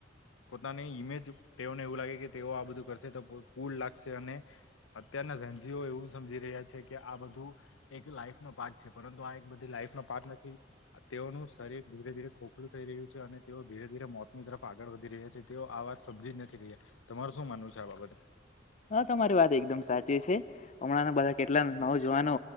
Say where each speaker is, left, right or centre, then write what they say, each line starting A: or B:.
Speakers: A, on the left; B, on the left.
A: પોતાની ઈમેજ તેઓને એવું લાગે કે તેઓ આ બધું કરશે તો કુલ લાગશે અને અત્યારના જેનજીઓ એવું સમજી રહ્યા છે કે આ બધું એક લાઈફ નો પાર્ટ છે પરંતુ આ એક બધી લાઈફ નો પાર્ટ નથી તેઓનું શરીર ધીરે ધીરે ખોખલું થઈ રહ્યું અને તેઓ ધીરે ધીરે મોતની તરફ આગળ વધી રહ્યા છે તેઓ આ વાત સમજી જ નથી રહ્યા તમાર શું માનવું છે આ બાબતે
B: હા તમારી વાત એકદમ સાચી છે. હમણાં બધા કેટલા નવજુવાનો